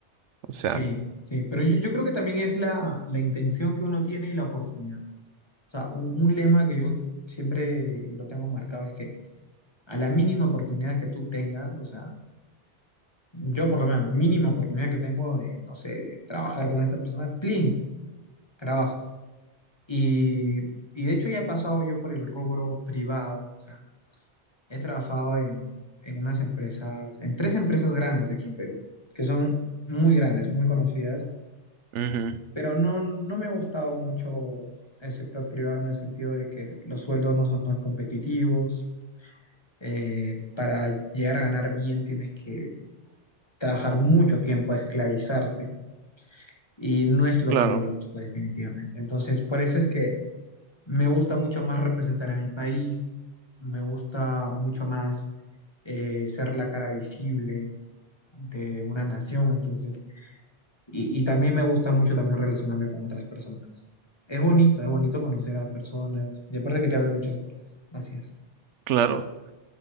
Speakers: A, on the right (about 80°); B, on the left (about 25°).
A: O sea,
B: Sí, sí, pero yo, yo creo que también es la, la intención que uno tiene y la oportunidad. O sea, un, un lema que yo siempre lo tengo marcado es que a la mínima oportunidad que tú tengas, o sea, yo por lo menos, mínima oportunidad que tengo de, no sé, de trabajar con esta persona, plin, trabajo. Y, y de hecho ya he pasado yo por el rubro privado, o sea, he trabajado en, en unas empresas, en tres empresas grandes aquí en Perú, que son muy grandes, muy conocidas
A: ujú,
B: pero no, no me ha gustado mucho el sector privado en el sentido de que los sueldos no son tan competitivos. eh, para llegar a ganar bien tienes que trabajar mucho tiempo, esclavizarte, y no es lo
A: claro,
B: que yo Claro. busco definitivamente. Entonces, por eso es que me gusta mucho más representar a mi país, me gusta mucho más eh, ser la cara visible de una nación. Entonces, Y, y también me gusta mucho también relacionarme con otras personas. Es bonito, es bonito conocer a personas y aparte que te abre muchas puertas. Así es.
A: claro.